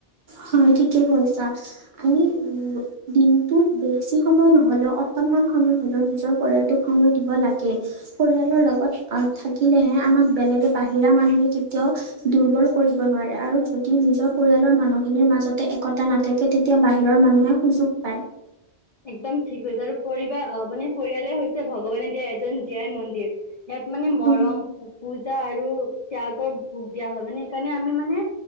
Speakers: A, on the right; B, on the left.
A: হয় ঠিকে কৈছা আমি উ দিনটোত বেছি সময় নহলেও অকণমান সময় হলেও নিজৰ পৰিয়ালটোক সময় দিব লাগে পৰিয়ালৰ লগত আহ থাকিলেহে আমাক বেলেগে বাহিৰা মানুহে কেতিয়াও দুৰ্বল কৰিব নোৱাৰে আৰু যদি নিজৰ পৰিয়ালৰ মানুহ বাহিনীৰ মাজতে একতা নাথাকে তেতিয়া বাহিৰৰ মানুহে সুযোগ পায়
B: একদম ঠিক হৈছে আৰু পৰিবাৰ আহ মানে পৰিয়ালে হৈছে ভগৱানে দিয়া এজন জীয়াই মন্দিৰ ইয়াত মানে মৰম
A: উম
B: পূজা আৰু ত্যাগক ভোক দিয়া হয় মানে সেইকাৰণে আমি মানে